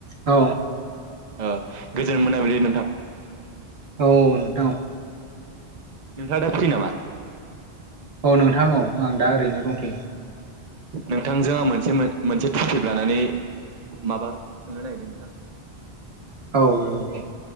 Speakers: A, on the right (about 70°); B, on the right (about 45°).
A: औ।
B: ओ गोजोन मोनााबिलि नोंथां।
A: औ नोंथां औ।
B: नोंथाङ दा फ्रि नामा?
A: औ नोंथां औ आं दा ओरैनो दंथ'यो।
B: नोंथांजों आं मोनसे मोनसे टपिक लानानै माबा सोंनो नागिरदों नोंथां?
A: औ दे।